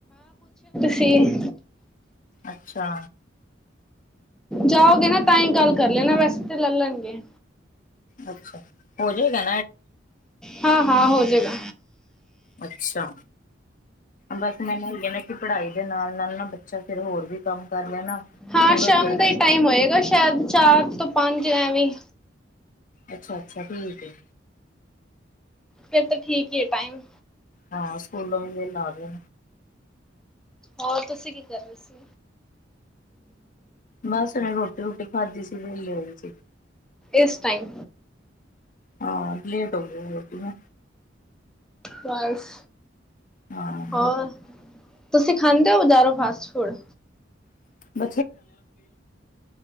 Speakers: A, in the centre; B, on the left.
A: ਕੀ <unintelligible>
B: ਅੱਛਾ
A: ਜਾਓਗੇ ਨਾ ਤਾਂ ਹੀ ਗੱਲ ਕਰ ਲੈਣਾ ਵੈਸਤ ਲੈ ਲੈਣਗੇ
B: ਅੱਛਾ ਹੋ ਜਾਏਗਾ।
A: ਹਾਂ-ਹਾਂ ਹੋ ਜਾਏਗਾ।
B: ਅੱਛਾ, ਬਸ ਮੈ ਪੜ੍ਹਾਈ ਦੇ ਨਾਲ- ਨਾਲ ਨਾ ਬੱਚਾ ਫਿਰ ਹੋਰ ਵੀ ਕੰਮ ਕਰ ਲੇ ਨਾ
A: ਹਾਂ
B: ਤੇ
A: ਸ਼ਾਮ
B: ਵਧੀਆ ਰਹਿੰਦਾ
A: ਦਾ ਹੀ ਟਾਈਮ ਹੋਏਗਾ ਸ਼ਾਇਦ ਚਾਰ ਤੋਂ ਪੰਜ ਐਵੀ
B: ਅੱਛਾ- ਅੱਛਾ ਠੀਕ ਏ
A: ਫਿਰ ਤਾਂ ਠੀਕ ਹੀ ਹੈ, ਟਾਈਮ
B: ਹਾਂ ਸਕੂਲ ਵੀ ਨਾਲ ਏ
A: ਹੋਰ ਤੁਸੀਂ ਕੀ ਕਰ ਰਹੇ ਸੀ।
B: ਬਸ ਉਹਨੇ ਰੋਟੀ ਰੁਟੀ ਖਾਧੀ ਸੀ ਵਿਹਲੇ ਹੋਈ ਸੀ।
A: ਇਸ ਟਾਈਮ
B: ਹਾਂ ਲੇਟ ਹੋ ਗਈ ਰੋਟੀ ਨੂੰ,
A: ਬਸ,
B: ਹਾਂ
A: ਹੋਰ, ਤੁਸੀਂ ਖਾਂਦੇ ਹੋ ਬਜ਼ਾਰੋ ਫਾਸਟ ਫੂਡ
B: <unintelligible> <unintelligible> ਜੀ,